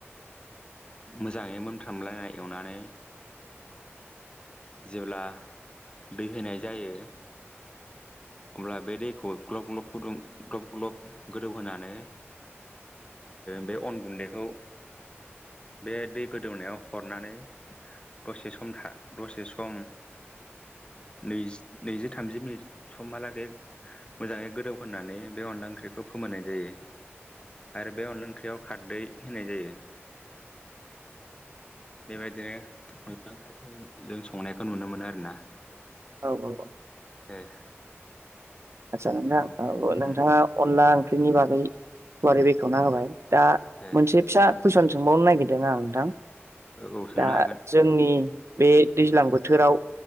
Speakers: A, on the left (about 20°); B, on the right (about 75°).
A: मोजाङै मोनफ्रामलायनाय एवनानै जेब्ला दै होनाय जायो अब्ला बे दैखौ ग्लब ग्लब गुदुं ग्लब ग्लब गोदौहोनानै बे अन गुन्दैखौ बे दै गोदौनायाव हरनानै दसे सम था दसे सम न नैजि थामजि मिनिट समहालागै मोजाङै गोदौ होननानै बे अनला ओंख्रिखौ फोमोनाय जायो आरो बे अनदला ओंख्रियाव खारदै होनाय जायो बेबायदिनो अनला ओंख्रिखौ जों संनायखौ नुनो मोनो आरो ना
B: औ औ-औ
A: ए
B: आदसा नोंथां
A: उम
B: औ नोंथाङा
A: उम
B: अनला ओंख्रिनि बागै गुवारै बेखेवना होबाय दा
A: ए
B: मोनसे फिसा कुइसन सोंबावनो नागिरदों? आं नोंथां
A: औ सोंनो
B: दा
A: हागोन
B: जोंनि बे दैज्लां बोथोराव